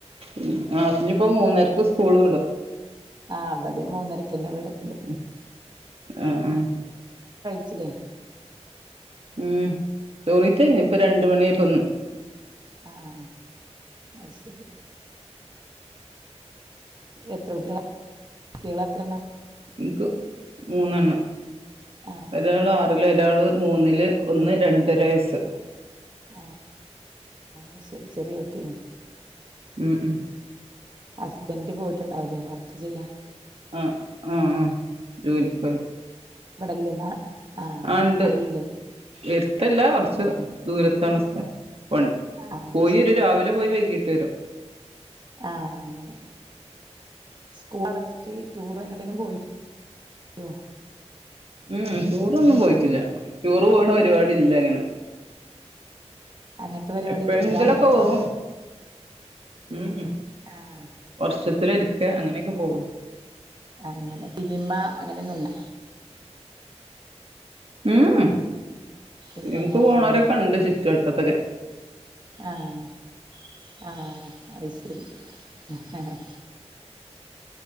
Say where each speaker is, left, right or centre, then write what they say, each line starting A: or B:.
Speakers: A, on the right (about 60°); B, on the right (about 40°).
A: ഉം ആ ഞ്ഞിപ്പോ മൂന്നരക്ക് സ്കൂള് വിടും
B: ആ വെടിം മൂന്നരക്കന്നെ വിടൽ
A: ഉം ആ ആ
B: ച്ചിലെ
A: ഉം ചോറിറ്റയ്ഞ്ഞ് ഇപ്പ രണ്ട് മണിആയപ്പംന്ന്
B: ആഹ് അയ്ശെരി എത്ര കുട്ടികള കുട്ടികളെത്രെണ്ണ
A: എനിക് മൂന്നെണ്ണം
B: ആഹ്
A: ഒരാള് ആറില് ഒരാള് മൂന്നില് ഒന്ന് രണ്ടരവയസ്സ്
B: ആഹ് ആ ശെരി ചെറിയ കുട്ടീന്ന്
A: ഉം ഉം.
B: ഹസ്ബൻഡ് പോയിട്ടുണ്ടാവല്ലേ വർക്ക് ചെയ്യാൻ
A: ആഹ് ആഹ് ആ ജോലിക്ക് പോയ്‌
B: ഇവിടല്ലേ നാ ആഹ്
A: ആ ഉണ്ട്
B: നാട്ടിലില്ലേ
A: എര്ത്തല്ല കുറച്ച്
B: ആഹ്
A: ദൂരത്താണ് സ്ഥലം പണി
B: ആഹ്
A: പോയിരു
B: ശരി
A: രാവിലെ പോയി വൈകിട്ട് വരും
B: ആഹ് അങ്ങനെ സ്കൂൾ അടച്ചിട്ട് ടൂർ എങ്ങട്ടേലും പോയി യോ
A: ഉം ടൂർ ഒന്നും പോയിട്ടില്ല ടൂർ ടൂർ പോണ പരിപാടി ഇല്ല അങ്ങനെ
B: അങ്ങനത്തെ പരിപാടിയൊന്നുല്ലാ
A: എപ്പോഴെങ്കിലൊക്കെ പോവും ഉം ഉം
B: ആഹ്
A: വർഷത്തിലൊരിക്കെ അങ്ങനെയൊക്കെ പോവുള്ളൂ
B: അങ്ങനെ സിനിമ അങ്ങനോന്നുമില്ല
A: ഉം ഉം സിനിമക്ക്
B: ഇല്ലല്ലേ
A: പോണവരൊക്കെ
B: ഉം
A: ഉണ്ട് ചുറ്റുവട്ടത്ത് അപ്പറത്തൊക്കെ
B: ആഹ് ആഹ് അത് ശരി ഹാ ഹാ